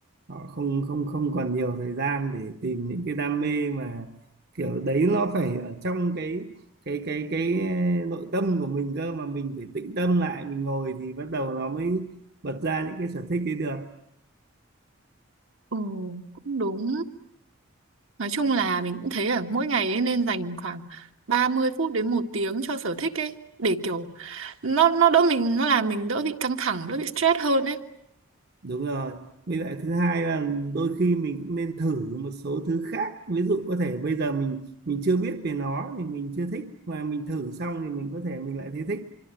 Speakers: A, on the right; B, on the right.
A: họ không không không còn nhiều thời gian để tìm những cái đam mê mà kiểu đấy nó phải ở trong cái cái cái cái eh, nội tâm của mình cơ mà mình phải tĩnh tâm lại mình ngồi thì bắt đầu nó mới bật ra những cái sở thích ấy được
B: Ừ, cũng đúng. Nói chung là mình cũng thấy là mỗi ngày ấy nên dành khoảng 30 phút đến một tiếng cho sở thích ấy. Để kiểu nó nó đỡ mình, nó làm mình đỡ bị căng thẳng, đỡ bị stress hơn ấy.
A: Đúng rồi. Với lại thứ hai là đôi khi mình cũng nên thử một số thứ khác. Ví dụ có thể bây giờ mình mình chưa biết về nó thì mình chưa thích mà mình thử xong thì mình có thể mình lại thấy thích.